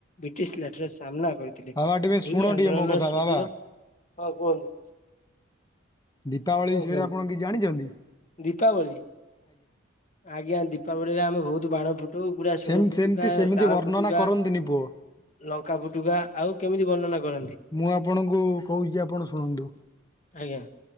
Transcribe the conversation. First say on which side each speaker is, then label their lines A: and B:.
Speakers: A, on the left (about 35°); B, on the left (about 20°).
A: ବ୍ରିଟିଶ୍ ଲାଠିର ସାମ୍ନା କରି ଥିଲେ,
B: ବାବା ଟିକେ ଶୁଣ
A: ଏହି ଆନ୍ଦୋଳନ
B: ଟିକେ ମୋ କଥା
A: ସୁଦୂର
B: ବାବା
A: ହଁ କୁହନ୍ତୁ
B: ଦୀପାବଳି
A: ହଁ
B: ବିଷୟରେ
A: କୁହନ୍ତୁ
B: ଆପଣ କିଛି ଜାଣିଚନ୍ତି?
A: ଦୀପାବଳି ଆଜ୍ଞା ଦୀପାବଳିରେ ଆମେ ବହୁତୁ ବାଣ ଫୁ ଟଉ ପୁରା
B: ସେମ
A: ସୁନୁଫୁଟୁକା,
B: ସେମିତି ସେମିତି
A: ତାଳଫୁଟୁକା
B: ବର୍ଣ୍ଣନା କରନ୍ତୁନି ପୁଅ।
A: ଲଙ୍କାଫୁଟୁକା -ଆଉ କେମିତି ବର୍ଣ୍ଣନା କରନ୍ତି?
B: ମୁଁ ଆପଣଙ୍କୁ କହୁଚି ଆପଣ ଶୁଣନ୍ତୁ।
A: ଆଜ୍ଞା